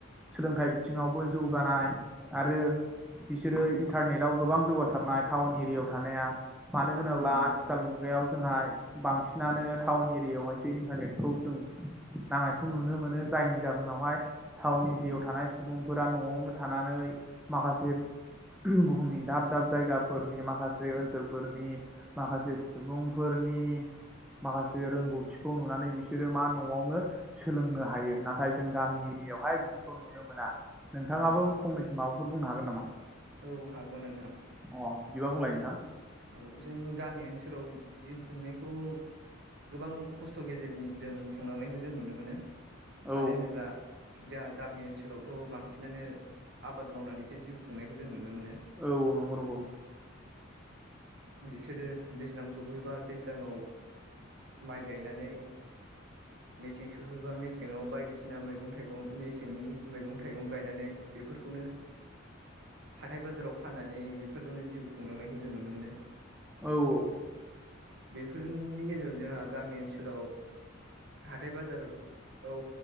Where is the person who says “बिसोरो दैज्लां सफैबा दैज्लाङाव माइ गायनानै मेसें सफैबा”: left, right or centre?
Right